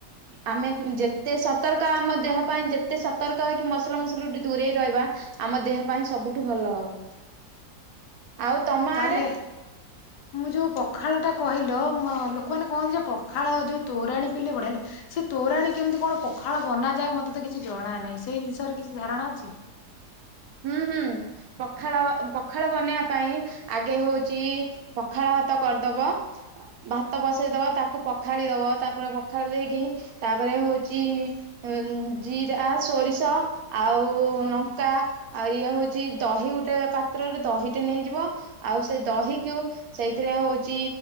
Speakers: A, on the right; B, on the left.
A: ଆମେ ଯେତେ ସତର୍କ ଆମ ଦେହ ପାଇଁ ଯେତେ ସତର୍କ ହେକି ମସଲା ମସଲା ଟେ ଦୂରେଇ ରହିବା ଆମ ଦେହ ପାଇଁ ସବୁଠୁ ଭଲ ହବ। ଆଉ ତମ
B: ତାହେଲେ
A: ଆଡେ?
B: ମୁଁ ଯୋଉ ପଖାଳଟା କହିଲ ଲୋକମାନେ କହନ୍ତି ଯେ ପଖାଳ ଯୋଉ ତୋରାଣୀ ପିଇଲେ ବଢିଆ ଲାଗେ ସେ ତୋରାଣୀ କେମିତି କଣ ପଖାଳ ବନାଯାଏ ମତେ ତ କିଛି ଜଣା ନାହିଁ ସେଇ ବିଷୟରେ କିଛି ଧାରଣା ଅଛି।
A: ହୁଁ ହୁଁ ପଖାଳ ପଖାଳ ବନେଇବା ପାଇଁ ଆଗେ ହଉଛି ପଖାଳ ଭାତ କରିଦବ ଭାତ ବସେଇଦବା ତାକୁ ପଖାଳି ଦବା ତାପରେ ପଖାଳ ଦେଇକି ତା ତାପରେ ହଉଛି ଉ ଜିରା ସୋରିଷ ଆଉ ଲଙ୍କା ଆଉ ଇଏ ହଉଛି ଦହି ଗୋଟେ ପାତ୍ରରେ ଦହିଟେ ନେଇଯିବ ଆଉ ସେ ଦହିକୁ ସେଇଥିରେ ହଉଛି